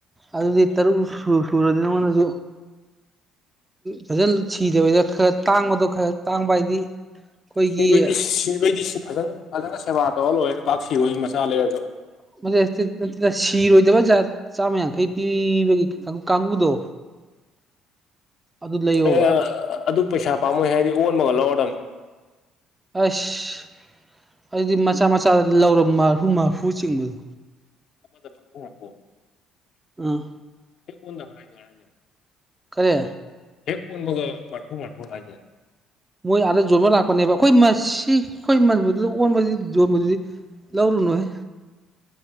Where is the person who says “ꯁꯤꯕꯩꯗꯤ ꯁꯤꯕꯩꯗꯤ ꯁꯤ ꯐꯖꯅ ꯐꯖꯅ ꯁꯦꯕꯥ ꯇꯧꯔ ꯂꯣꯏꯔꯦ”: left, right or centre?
Left